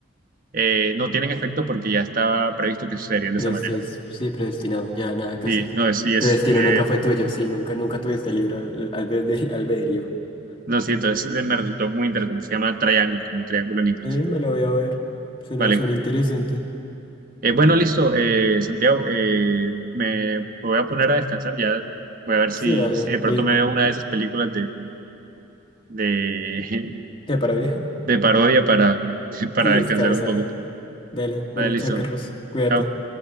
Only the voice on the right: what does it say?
eh, no tienen efecto porque ya estaba previsto que sucederían de
esa manera.
Sí,
no, es, sí, es,
eh,
no, sí, entonces eh, me resultó muy interesante. Se llama Triangle, como triángulo en inglés.
Vale,
Eh, bueno, listo, eh, Santiago, eh, me, voy a poner a descansar, ya voy a ver
si,
si de pronto
me veo una de esas películas de, de,
<laughs> de parodia para, <laughs> para
descansar un poco.
Vale, listo,
chao.